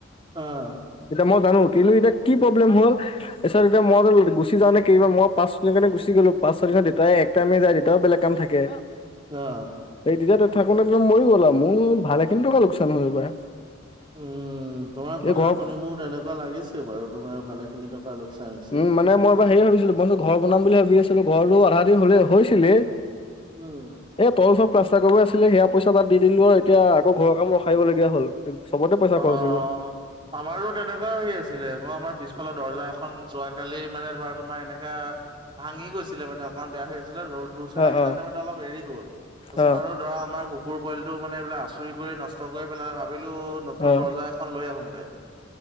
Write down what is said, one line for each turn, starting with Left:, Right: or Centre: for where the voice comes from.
Right: হা।
Left: এতিয়া মই জানো কিন্তু এতিয়া কি প্ৰব্লেম হ'ল তাৰপিছত এতিয়া মই <unintelligible> গুচি যাওঁতে কেইবা মই <unintelligible> কাৰনে গুচি গলো <unintelligible> দেউতাই এক টাইমে যায় দেউতাৰো বেলেগ কাম থাকে।
Right: অহ।
Left: এই তেতিয়া তই থাকোতে একদম মৰি গ'ল আৰু মোৰ, ভালেখিনি টকা লোকচান হ'ল এইবাৰ।
Right: উম তোমাৰ কথা
Left: এই ঘৰৰ
Right: শুনি মোৰ তেনেকুৱা লাগিছে বাৰু তোমাৰ ভালেখিনি টকাৰ লোকচান হৈছে।
Left: উম মানে মই হেৰি ভাবিছিলো মই ঘৰ বনাম বুলি ভাবি আছিলো, ঘৰটো আধা-আধি হ'লেই, হৈছিলেই।
Right: উম।
Left: এ তল চব প্লাষ্টাৰ কৰিব আছিলে সেয়া পইচা তাত দি দিলো আৰু এতিয়া আকৌ ঘৰৰ কাম ৰখাই দিব লগীয়া হ'ল। চবতে পইচা
Right: অহ'।
Left: খৰচ হৈ গ'ল
Right: আমাৰো তেনেকুৱাই হৈ আছিলে, মই আমাৰ পিছফালৰ দৰ্জা এখন যোৱাকালি মানে ধৰা তোমাৰ এনেকা ভাঙি গৈছিলে মান অকণমান বেয়া হৈ আছিল। তাৰ পাছত ৰড যুৰ্চে
Left: অ
Right: লাগি যাওঁতে
Left: অ
Right: মানে অলপ এৰি গ'ল, তাৰপিছত
Left: অ
Right: আৰু ধৰা আমাৰ কুকুৰ পোৱালিটো মানে এইবিলাক আচো কৰি নষ্ট কৰি পেলাই ভাবিলো নতুন
Left: অ
Right: দৰ্জা এখন লৈ আহোগে।